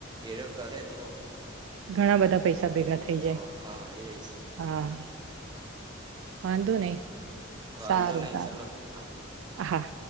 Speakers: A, on the right; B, on the right.
A: એડો કરે તો
B: ઘણા બધા પૈસા ભેગા થઈ જાય
A: તો હા એજ
B: હા. વાંધો નઈ.
A: વાંધો
B: સારું
A: નહી
B: સારું
A: ચલો હા
B: હા હા.